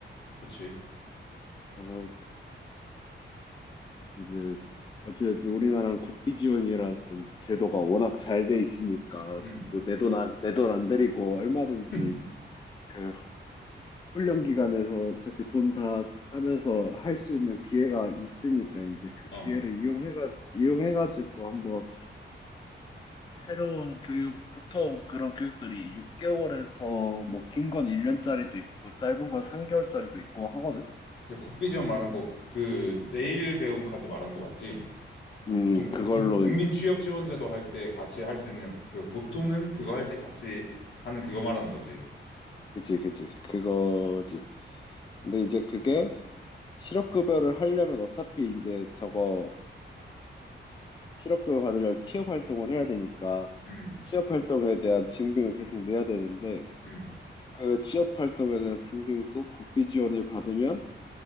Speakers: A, on the left; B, on the left.
A: 그치.
B: 그러면 이제 어쨌든 우리나라는 국비 지원이라는 제도가 워낙 잘 돼 있으니까
A: 음,
B: 뭐 내 돈 안, 내 돈 안 들이고 얼마든지
A: <laughs>
B: 그 훈련 기간에서 어차피 돈 다 하면서 할 수 있는 기회가 있으니까 이제 그
A: 어.
B: 기회를 이용해가 이용해가지고 한번 새로운 교육 보통 그런 교육들이 6개월에서 뭐 긴 건 1년짜리도 있고 짧은 건 3개월짜리도 있고 하거든.
A: 근데 국비지원 말한 거, 그, 내일 배움 카드 말하는 거 맞지?
B: 음,
A: 보통
B: 그걸로
A: 국, 국민 취업 지원제도 할 때 같이 할 수 있는, 그, 보통은 그거 할 때 같이 하는 그거 말하는 거지.
B: 그지 그지 그거지. 근데 이제 그게 실업급여를 하려면 어차피 이제 저거 실업급여 받으려면 취업활동을 해야 되니까
A: 음,
B: 취업활동에 대한 증빙을 계속 내야 되는데
A: 음,
B: 그 취업활동에 대한 증빙도 국비지원을 받으면